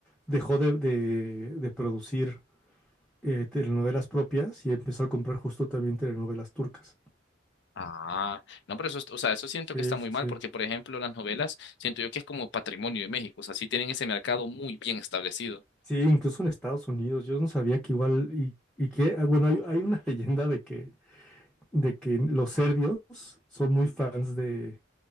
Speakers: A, in the centre; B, on the left (about 60°).
A: dejó de, de- de producir eh, telenovelas propias y empezó a comprar justo también telenovelas turcas.
B: Ah, no, pero eso, es- o sea, eso siento
A: Sí,
B: que está muy
A: sí,
B: mal
A: sí.
B: porque, por ejemplo, las novelas, siento yo que es como patrimonio de México, o sea, sí tienen ese mercado muy bien establecido
A: Sí, incluso en Estados Unidos. Yo no sabía que igual, y, y que, ah, bueno, hay, hay una <laughs> leyenda de que, de que los serbios son muy fans de,